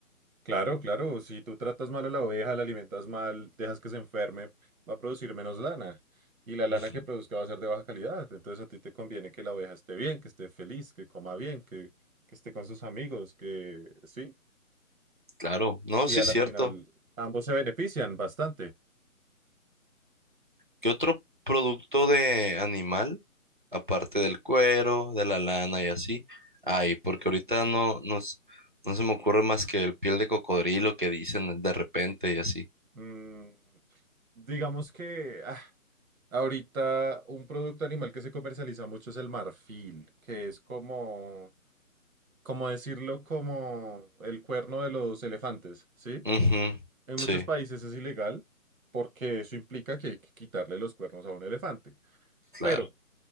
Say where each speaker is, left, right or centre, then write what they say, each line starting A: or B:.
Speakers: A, on the right; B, on the right.
A: Claro, claro, si tú tratas mal a la oveja, la alimentas mal, dejas que se enferme, va a producir menos lana. Y la lana
B: Ujú.
A: que produzca va a ser de baja calidad. Entonces a ti te conviene que la oveja esté bien, que esté feliz, que coma bien, que, que esté con sus amigos, que sí.
B: Claro, no,
A: Y
B: sí
A: a
B: es
A: la
B: cierto.
A: final ambos se benefician bastante.
B: ¿Qué otro producto de animal, aparte del cuero, de la lana y así? Ay, porque ahorita no, no, s- no se me ocurre más que el piel de cocodrilo que dicen de repente y así.
A: Mm, digamos que ah, ahorita un producto animal que se comercializa mucho es el marfil, que es como, como decirlo, como el cuerno de los elefantes, ¿sí?
B: Ujú,
A: En muchos
B: Sí,
A: países es ilegal porque eso implica que hay que quitarle los cuernos a un elefante.
B: claro.
A: Pero